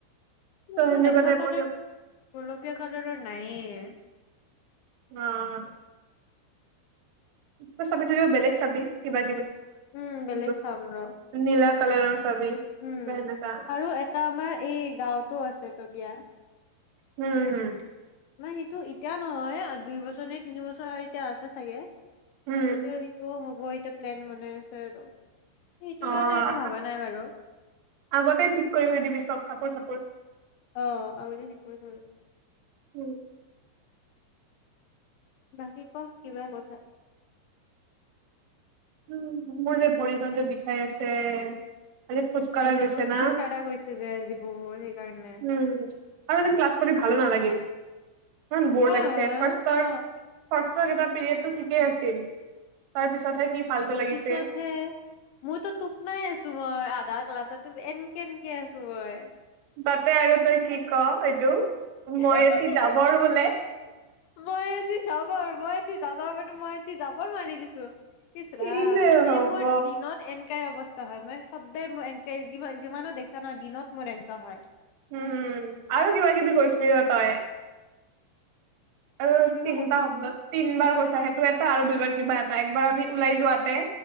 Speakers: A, on the left; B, on the right.
A: মোৰ
B: ত'
A: কি
B: সেনেকুৱা
A: মেখেলা,
B: টাইপৰ
A: চাদৰ গোলপীয়া কালাৰৰ নায়েই।
B: অঁ কিবা চাবিছোন, বেলেগ চাবি কিবা
A: উম, বেলেগ
B: <unintelligible>
A: চাম ৰ
B: নীলা কালাৰৰ চাবি
A: উম
B: বা সেনেকা
A: আৰু এটা আমাৰ এই গাঁৱতো আছে ত' বিয়া
B: উম।
A: মানে সেইটো এতিয়া নহয়, দুই বছৰ নে তিনিবছৰ আৰু এতিয়া আছে চাগে,
B: উম
A: স সিতো হব। অঁ, এতিয়া প্লেন বনাই আছে আৰু, সেইটোৰ
B: অ আ
A: কাৰণে এতিয়া ভাবা নাই বাৰু
B: আগতে ঠিক কৰি থৈ দিবি চব কাপোৰ চাপোৰ।
A: অ আৰু শিক থো <inaudible>
B: উম
A: বাকী ক কিবা কথা
B: উম, মোৰ যে ভৰিখন যে বিষাই আছে। আজি খোজকাঢ়া
A: আজি
B: গৈছে
A: বহুত
B: না,
A: খোজ কঢ়া গৈছে যে আজি বহুত সেইকাৰণে
B: উম আৰু আজি ক্লাছ কৰি ভালো নালাগিল। ইমান ব'ৰ
A: অ
B: লাগিছে ফাৰ্ষ্টৰ,
A: অ
B: ফাৰ্ষ্টৰ কেইটা। পিৰিয়ডটো থিকে আছিল, তাৰপিছত হে কি, ফাল্টু লাগিছে
A: পিছতহে, মইতো টোপনাই আছো মই আধা। ক্লাছতো এন্কে এন্কে আছো মই।
B: তাতে আৰু তই কি ক এইটো।
A: হে,
B: মই এটি
A: হে,
B: জাবৰ
A: হে
B: বোলে
A: মই আজি জাবৰ মই এটি যাযাবৰটো মই এটি জাবৰ মাৰি দিছো। ত <unintelligible> ইছ
B: কি
A: ৰাম
B: যে হ'ব
A: এই মোৰ দিনত এনেকাই অৱস্থা। হয়, মই সদায় মোৰ এনেকে যিমান যিমানো দেখিছা ন দিনত মোৰ এনেকুৱা হয়।
B: উম আৰু কিবা কিবি কৰিছিলি ৰ তই। আৰু
A: কিবা
B: তিনিটা
A: কৈছিলো
B: শব্দ তিন বাৰ কৈছা সেই ত এটা আৰু দুইবাৰ কিবা এটা একবাৰ আমি ওলাই যোৱাতে